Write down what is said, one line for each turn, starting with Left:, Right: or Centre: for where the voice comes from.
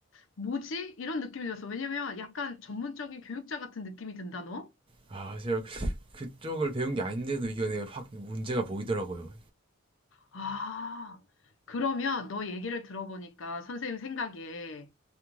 Left: 뭐지? 이런 느낌이 들었어. 왜냐면 약간 전문적인 교육자 같은 느낌이 든다, 너?
Right: 아 제가 그- 그쪽을 배운 게 아닌데도 이게 확 문제가 보이더라고요.
Left: 아, 그러면 너 얘기를 들어보니까 선생님 생각에